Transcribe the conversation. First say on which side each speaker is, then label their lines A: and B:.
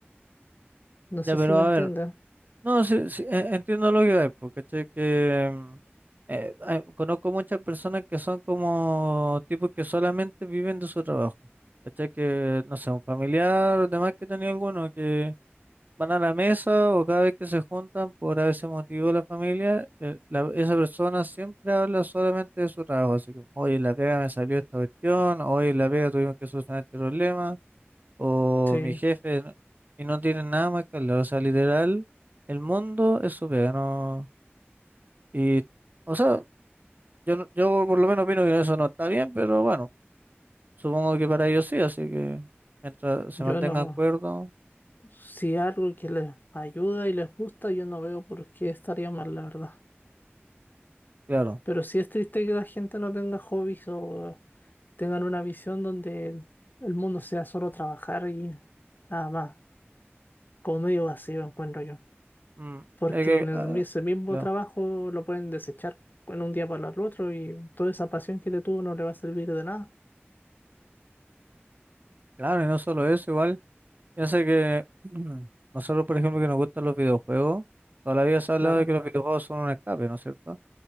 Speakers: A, on the left; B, on the right.
A: No
B: Ya,
A: sé
B: pero
A: si me
B: a
A: entienden.
B: ver, no, sí, sí, e- entiendo lo que hay, porque ¿cachai? que mm, eh, ah, conozco muchas personas que son como tipos que solamente viven de su trabajo. ¿Cachai? Que, no sé, un familiar, demás que tenía alguno, que van a la mesa o cada vez que se juntan por ese motivo la familia, eh, la- esa persona siempre habla solamente de su trabajo. Así que, oye, en la pega me salió esta cuestión, oye, en la pega tuvimos que solucionar este problema, o
A: Sí,
B: mi jefe, ¿no? y no tienen nada más que hablar. O sea, literal, el mundo es su pega, ¿no? Y. O sea, yo, no- yo por lo menos opino que eso no está bien, pero bueno, supongo que para ellos sí, así que mientras se
A: yo
B: mantengan
A: no.
B: acuerdo,
A: Si algo que les ayuda y les gusta, yo no veo por qué estaría mal, la verdad.
B: claro.
A: Pero sí es triste que la gente no tenga hobbies o tengan una visión donde el mundo sea solo trabajar y nada más, como medio vacío, encuentro yo.
B: Mm,
A: porque
B: es que,
A: en el,
B: ah,
A: mi- ese mismo
B: claro,
A: trabajo lo pueden desechar en un día para el otro y toda esa pasión que le tuvo no le va a servir de nada.
B: claro, y no solo eso, igual, piensa que <clears throat> mm, nosotros, por ejemplo, que nos gustan los videojuegos, toda la vida se ha
A: Claro,
B: hablado de que los videojuegos son un escape, ¿no es cierto?